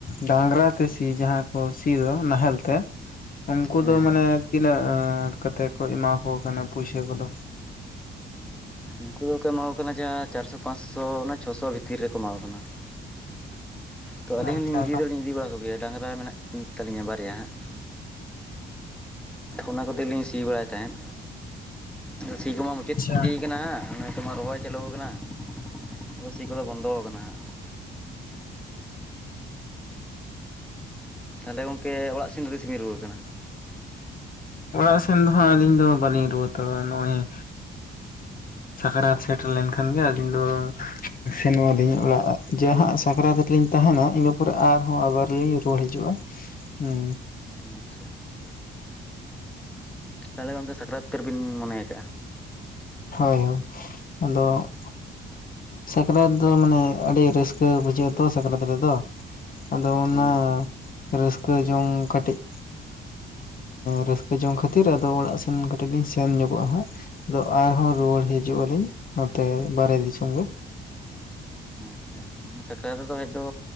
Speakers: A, on the left; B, in the centre.
A: ᱰᱟᱺᱝᱨᱟ ᱛᱮ ᱥᱤ ᱡᱟᱦᱟᱸ ᱠᱚ ᱥᱤ ᱫᱚ ᱱᱟᱦᱮᱞ ᱛᱮ ᱩᱱᱠᱩ
B: ᱦᱮᱸ
A: ᱫᱚ
B: ᱦᱮᱸ
A: ᱢᱟᱱᱮ ᱛᱤᱱᱟᱹᱜ ᱠᱟᱛᱮᱫ ᱠᱚ ᱮᱢᱟᱠᱚ ᱠᱟᱱᱟ ᱯᱩᱭᱥᱟᱹ ᱠᱚᱫᱚ
B: ᱩᱱᱠᱩ ᱫᱚ ᱠᱚ ᱮᱢᱟ ᱠᱚ ᱠᱟᱱᱟ ᱡᱟᱦᱟᱸ ᱪᱟᱨᱥᱚ ᱯᱟᱸᱪᱥᱚ ᱚᱱᱟ ᱪᱷᱚᱥᱚ ᱵᱷᱤᱛᱤᱨ ᱨᱮᱠᱚ ᱮᱢᱟ ᱠᱚ ᱠᱟᱱᱟ ᱛᱚ ᱟᱹᱞᱤᱧ
A: ᱟᱪᱪᱷᱟ
B: ᱦᱚᱸᱞᱤᱧ ᱤᱫᱤ ᱫᱚᱞᱤᱧ ᱤᱫᱤ ᱵᱟᱲᱟ ᱠᱚᱜᱮᱭᱟ ᱰᱟᱺᱝᱨᱟ ᱢᱮᱱᱟᱜ ᱠᱤᱱ ᱛᱟᱹᱞᱤᱧᱟ ᱵᱟᱨᱭᱟ ᱦᱟᱸᱜ ᱚᱱᱟ ᱠᱚᱛᱮ ᱞᱤᱧ ᱥᱤ ᱵᱟᱲᱟᱭ ᱛᱟᱦᱮᱸᱫ ᱥᱤ ᱠᱚᱢᱟ ᱢᱩᱪᱟᱹᱫ
A: ᱟᱪᱪᱷᱟ
B: ᱤᱫᱤᱭ ᱟᱠᱟᱱᱟ ᱦᱟᱸᱜ ᱱᱟᱛᱮᱢᱟ ᱨᱚᱦᱚᱭ ᱪᱟᱹᱞᱩ ᱟᱠᱟᱱᱟ ᱟᱫᱚ ᱥᱤ ᱠᱚᱫᱚ ᱵᱚᱱᱫᱚ ᱟᱠᱟᱱᱟ ᱦᱟᱸᱜ ᱛᱟᱦᱚᱞᱮ ᱜᱚᱝᱠᱮ ᱚᱲᱟᱜ ᱥᱤᱱ ᱫᱚ ᱛᱤᱥᱤᱢ ᱨᱩᱣᱟᱹᱲ ᱠᱟᱱᱟ
A: ᱚᱲᱟᱜ ᱥᱮᱱ ᱫᱚ ᱦᱟᱸᱜ ᱟᱹᱞᱤᱧ ᱫᱚ ᱵᱟᱹᱞᱤᱧ ᱨᱩᱣᱟᱲᱹ ᱦᱟᱛᱟᱨᱚᱜᱼᱟ ᱱᱚᱜᱼᱚᱭ ᱮᱸ ᱥᱟᱠᱨᱟᱛ ᱥᱮᱴᱮᱨ ᱞᱮᱱᱠᱷᱟᱱ ᱜᱮ ᱟᱹᱞᱤᱧ ᱫᱚ ᱥᱮᱱᱚᱜ ᱟᱹᱞᱤᱧ ᱚᱲᱟᱜ ᱡᱟᱦᱟᱸᱜ ᱥᱟᱠᱨᱟᱛ ᱨᱮᱞᱤᱧ ᱛᱟᱦᱮᱱᱟ ᱤᱱᱟᱹ ᱯᱚᱨᱮ ᱟᱨᱦᱚᱸ ᱟᱵᱟᱨ ᱞᱤᱧ ᱨᱩᱣᱟᱹᱲ ᱦᱤᱡᱩᱜᱼᱟ ᱦᱩᱸ
B: ᱟᱪᱪᱷᱟ ᱛᱟᱦᱚᱞᱮ ᱜᱚᱝᱠᱮ ᱥᱟᱠᱨᱟᱛ ᱩᱛᱟᱹᱨ ᱵᱤᱱ ᱢᱚᱱᱮ ᱟᱠᱟᱟᱜᱼᱟ
A: ᱦᱳᱭ ᱦᱳᱭ ᱟᱫᱚ ᱥᱟᱠᱨᱟᱛ ᱫᱚ ᱢᱟᱱᱮ ᱟᱹᱰᱤ ᱨᱟᱹᱥᱠᱟᱹ ᱵᱩᱡᱷᱟᱹᱜᱼᱟ ᱛᱚ ᱥᱟᱠᱨᱟᱛ ᱨᱮᱫᱚ ᱟᱫᱚ ᱚᱱᱟ
B: ᱦᱮᱸ ᱦᱮᱸ
A: ᱨᱟᱹᱥᱠᱟᱹ ᱡᱚᱝ ᱠᱟᱹᱴᱤᱡ ᱨᱟᱹᱥᱠᱟᱹ ᱡᱚᱝ ᱠᱷᱟᱹᱛᱤᱨ ᱟᱫᱚ ᱚᱲᱟᱜ ᱥᱮᱱ ᱠᱟᱹᱴᱤᱡ ᱞᱤᱧ ᱥᱮᱱ ᱧᱚᱜᱚᱜᱼᱟ ᱦᱟᱸᱜ ᱟᱫᱚ ᱟᱨᱦᱚᱸ ᱨᱩᱣᱟᱹᱲ ᱦᱤᱡᱩᱜ ᱟᱹᱞᱤᱧ ᱱᱚᱛᱮ ᱵᱟᱨᱦᱮ ᱫᱤᱥᱚᱢ ᱜᱮ
B: ᱟᱪᱪᱷᱟ ᱥᱟᱠᱨᱟᱛ ᱫᱚ ᱦᱮᱡ ᱫᱚ